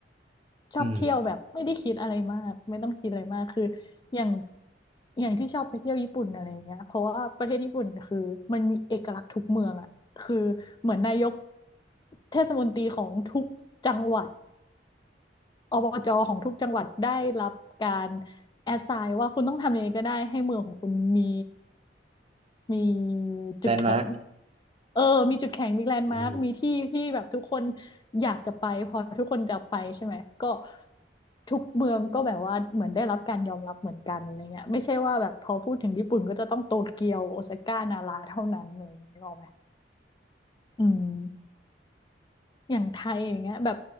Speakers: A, on the left; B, on the right.
A: ชอบเที่ยวแบบไม่ได้คิดอะไรมากไม่ต้องคิดอะไรมากคือ
B: อืม
A: อย่างอย่างที่ชอบไปเที่ยวญี่ปุ่นอะไรเงี้ยเพราะว่าประเทศญี่ปุ่นคือมันมีเอกลักษณ์ทุกเมืองอ่ะคือเหมือนนายกเทศมนตรีของทุกจังหวัด อบจของทุกจังหวัดได้รับการแอสไซน์ว่าคุณต้องทำยังไงก็ได้ให้เมืองของคุณมีมี
B: แลนด์มาร์ค
A: จุดแข็งเออมีจุดแข็งมีแลนด์มาร์คมีที่ที่แบบทุกคน
B: อืม
A: อยากจะไปพอทุกคนจะไปใช่ไหมก็ทุกเมืองก็แบบว่าเหมือนได้รับการยอมรับเหมือนกันอะไรเงี้ยไม่ใช่ว่าแบบพอพูดถึงญี่ปุ่นก็จะต้องโตเกียวโอซาก้านาราเท่านั้นอะไรเลยนึกออกไหมอืม อย่างไทยอย่างเงี้ยแบบ